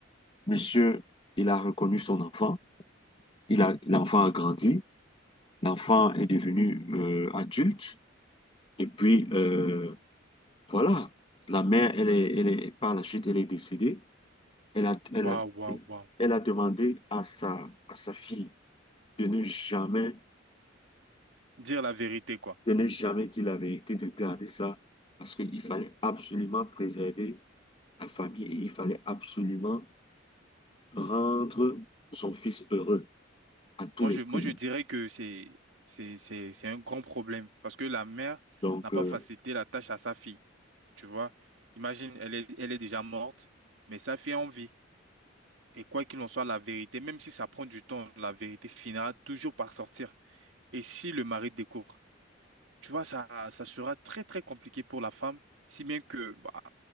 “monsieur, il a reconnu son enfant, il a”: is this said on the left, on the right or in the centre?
Left